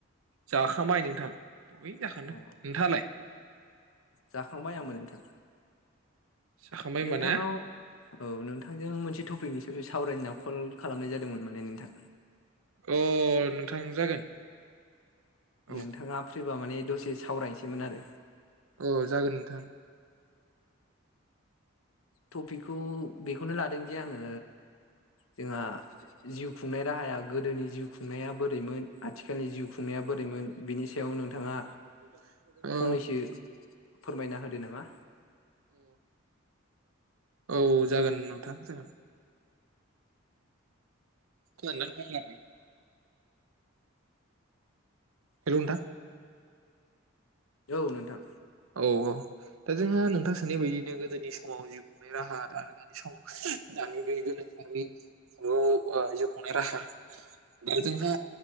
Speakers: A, on the right; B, on the left.
A: जाखांबाय नोंथां दै जाखांदों
B: अ
A: नोंथाङालाय
B: जाखांबाय आंबो नोंथां
A: जाखांबाय होमबा
B: नोंथांनाव
A: ना
B: औ नोंथांजों मोनसे टपिकनि सायाव बे सावरायनो होनना कल खालामनाय जादोंमोन माने नोंथां
A: अ नोंथां जागोन औ
B: नोंथाङा फ्रिबा माने दसे सावरायनोसैमोन आरो
A: औ जागोन नोंथां
B: टपिकखौ बेखौनो लादोंदिे आङो जोंहा जिउ खुंनाय राहाया गोदोनि जिउ खुंनाया बोरैमोन आथिखालनि जिउ खुंनाया बोरैमोन बिनि सायाव नोंथाङा
A: औ
B: फंनैसो फोरमायना होदो नामा
A: अ औ जागोन नोंथां जोङो खोनानदोंनाथां हेल'नथां
B: औ नोंथां
A: औ औ दा जोंहा नोंथां सोननाय बायदिनो गोदोनि समाव जिउ खुंनाय राहा आरो दानि समाव दानि गय गोनोखोआरिआव जिउ खुंनाय राहा दा जोंहा